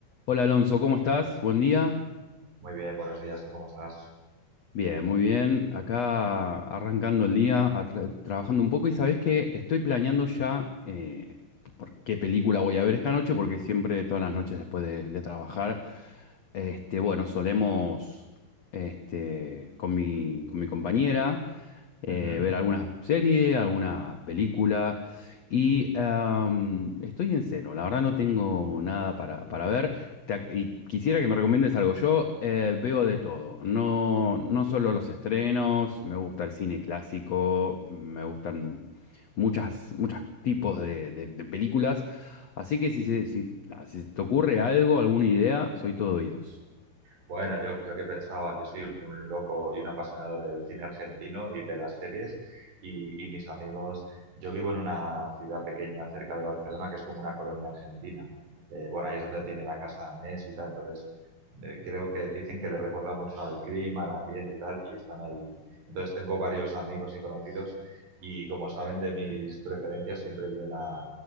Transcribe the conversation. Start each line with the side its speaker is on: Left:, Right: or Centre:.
Left: Hola Alonso, ¿cómo estás? Buen día.
Right: Muy bien, buenos días, ¿tú cómo estás?
Left: Bien, muy bien. Acá arrancando el día, a tra- trabajando un poco y sabés que estoy planeando ya eh, por qué película voy a ver esta noche, porque siempre todas las noches después de, de trabajar, este, bueno, solemos este, con mi, con mi compañera eh,
Right: Ujú.
Left: ver alguna serie, alguna película. Y am, estoy en cero, la verdad no tengo nada para, para ver. Te ac- y quisiera que me recomiendes algo. Yo eh, veo de todo, no, no solo los estrenos, me gusta el cine clásico, me gustan muchas, muchos tipos de, de- de películas. Así que si, se- si, ah, si te ocurre algo, alguna idea, soy todo oídos.
Right: Bueno, yo, yo que pensaba, yo soy un, un loco y un apasionado del cine argentino y de las series y, y mis amigos, yo vivo en una ciudad pequeña cerca de Barcelona que es como una colonia argentina. Eh, bueno, ahí es donde tiene la casa Messi y tal, entonces eh, creo que dicen que le recuerda mucho al clima, al ambiente y tal, y están ahí. Entonces tengo varios amigos y conocidos y como saben de mis preferencias siempre vienen a,